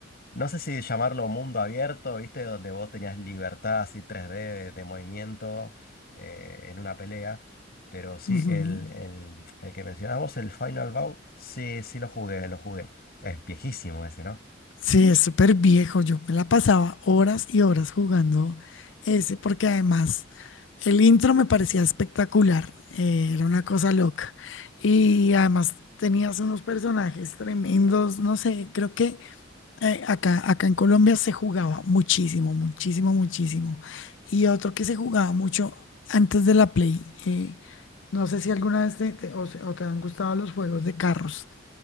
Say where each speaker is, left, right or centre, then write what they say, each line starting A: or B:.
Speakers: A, on the left; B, on the left.
A: No sé si llamarlo mundo abierto, ¿viste? Donde vos tenías libertad así 3D de, de movimiento eh, en una pelea. Pero sí,
B: ujú.
A: el, el, el que mencionabas vos, el Final Bout, sí, sí lo jugué, lo jugué. Es viejísimo ese, ¿no?
B: Sí, es súper viejo. Yo me la pasaba horas y horas jugando ese, porque además el intro me parecía espectacular. eh, era una cosa loca. Y además tenías unos personajes tremendos. No sé, creo que eh, acá, acá en Colombia se jugaba muchísimo, muchísimo, muchísimo. Y otro que se jugaba mucho antes de la Play. eh, no sé si alguna vez te, te- o, se- o te han gustado los juegos de carros.